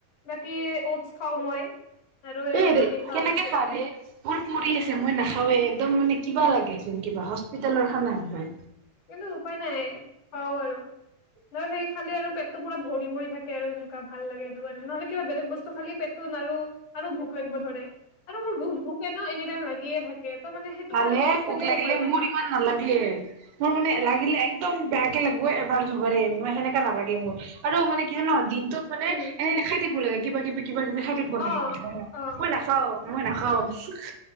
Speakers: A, on the left; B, on the right.
A: বাকী অটছ খাওঁ মই আৰু এই
B: এৰে
A: কণী খাওঁ
B: কেনেকে
A: দিছো
B: খা ৰে মোৰ পৰি আছে মই নাখা চব একদম মানে কিবা লাগেচোন কিবা হস্পিতেলৰ খানা একবাৰ
A: কিন্তু উপায় নাই খাও আৰু ন সেই খালি আৰু পেটটো পুৰা ভৰি ভৰি থাকে আৰু সেনেকোৱা ভাল লাগে সেইটো কাৰণে নহলে কিবা বেলেগ বস্তু খালি পেটটো আৰু আৰু ভোক লাগিব ধৰে আৰু মোৰ ভোক ভোক এনেও এনি টাইম লাগিয়ে থাকে ত' মানে সেইটো
B: ভাল
A: খালি
B: হে
A: অটছ
B: ভোক
A: খালিও
B: লাগিলে
A: উপায় নাই
B: মোৰ ইমান নালাগে মোৰ মানে লাগিলে একদম বেয়াকে লাগিব এবাৰ দুবাৰে মই সেনেকা নালাগে মোৰ আৰু মানে কি জান দিন টোত মানে
A: উম
B: এনে খাই থাকিব ভাল হয় কিবা কিবি কিবা কিবি খাই থাকব লাগে
A: অ
B: জানা
A: অ
B: মই নাখাও মই নাখাও অ